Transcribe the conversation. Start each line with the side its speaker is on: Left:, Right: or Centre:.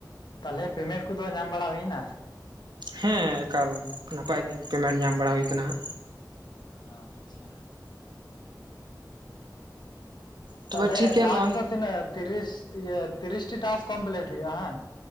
Left: ᱛᱟᱦᱚᱞᱮ ᱯᱮᱢᱮᱱᱴ ᱠᱚᱫᱚ ᱧᱟᱢ ᱵᱟᱲᱟ ᱦᱩᱭᱱᱟ?
Right: ᱦᱮᱸ ᱮᱠᱟᱞ ᱱᱟᱯᱟᱭ ᱜᱤ ᱯᱮᱢᱮᱱᱴ ᱧᱟᱢ ᱵᱟᱲᱟ ᱦᱩᱭᱠᱟᱱᱟ ᱾
Left: ᱟᱪᱪᱷᱟ
Right: ᱛᱚᱵᱮ
Left: ᱛᱟᱦᱞᱮ
Right: ᱴᱷᱤᱠ ᱜᱮᱭᱟ
Left: ᱴᱟᱥᱠ
Right: ᱱᱚᱜᱼᱚᱭ
Left: ᱫᱚ ᱛᱤᱱᱟᱹᱜ ᱛᱤᱨᱤᱥ ᱛᱤᱨᱤᱥᱴᱤ ᱴᱟᱥᱠ ᱠᱚᱢᱯᱤᱞᱴ ᱦᱩᱭᱩᱜᱭᱼᱟ ᱦᱮᱸ